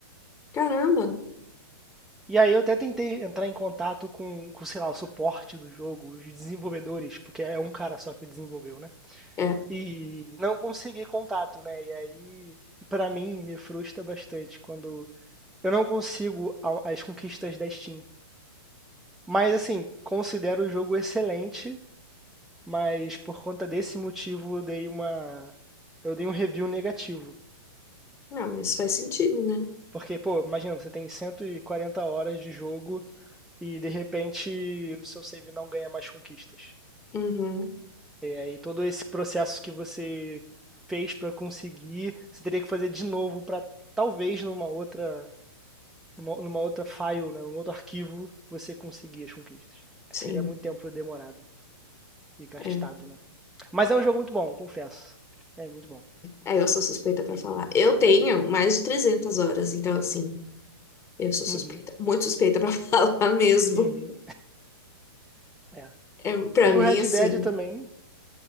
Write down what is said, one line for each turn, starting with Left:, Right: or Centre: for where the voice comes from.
Left: Caramba.
Centre: E aí eu até tentei entrar em contato com, com, sei lá, o suporte do jogo, os desenvolvedores, porque é um cara só que desenvolveu, né?
Left: É.
Centre: E não consegui contato, né? E aí, pra mim, me frustra bastante quando eu não consigo a- as conquistas da Steam. Mas assim, considero o jogo excelente, mas por conta desse motivo eu dei uma eu dei um review negativo.
Left: Não, mas faz sentido, né?
Centre: Porque, pô, imagina, você tem 140 horas de jogo e de repente o seu save não ganha mais conquistas.
Left: Uhum,
Centre: É, E todo esse processo que você fez para conseguir, você teria que fazer de novo para talvez numa outra numa, numa outra file, né, num outro arquivo, você conseguir as conquistas.
Left: sim.
Centre: Seria muito tempo demorado e gastado,
Left: É.
Centre: né? Mas é um jogo muito bom, confesso. É muito bom.
Left: É, eu sou suspeita pra falar. Eu tenho mais de 300 horas, então, assim, eu sou suspeita.
Centre: Uhum,
Left: Muito suspeita pra <laughs> falar mesmo.
Centre: uhum, é.
Left: É, pra
Centre: E o
Left: mim,
Centre: Red
Left: assim.
Centre: Dead também,